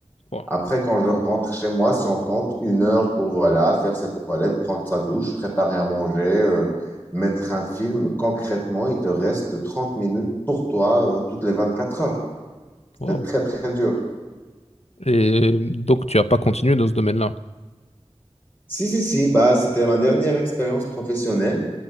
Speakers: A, on the left; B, on the left.
A: Wow.
B: Après, quand je rentre chez moi, si on compte une heure pour voilà, faire ses toilettes, prendre sa douche, préparer à manger, euh, mettre un film, concrètement, il te reste 30 minutes pour toi euh, toutes les 24 heures. C'était
A: Wow.
B: très, très dur.
A: Et donc, tu n'as pas continué dans ce domaine-là.
B: Si, si, si, bah, c'était ma dernière expérience professionnelle.